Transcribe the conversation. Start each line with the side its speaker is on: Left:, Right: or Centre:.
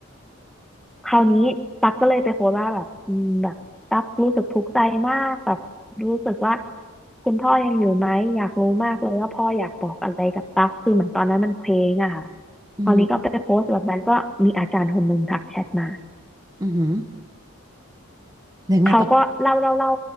Centre: คราวนี้ตั๊กก็เลยไปโพสต์ว่าแบบอืมแบบตั๊กรู้สึกทุกข์ใจมากแบบรู้สึกว่าคุณพ่อยังอยู่ไหมอยากรู้มากเลยว่าพ่ออยากบอกอะไรกับตั๊กคือเหมือนตอนนั้นมันเคว้งอะค่ะ
Right: อืม
Centre: คราวนี้ก็ไปโพสต์แบบนั้นก็มีอาจารย์คนหนึ่งทักแชทมา
Right: อือหือเดี๋ยวไงต่อ
Centre: เขาก็เล่าเล่าเล่า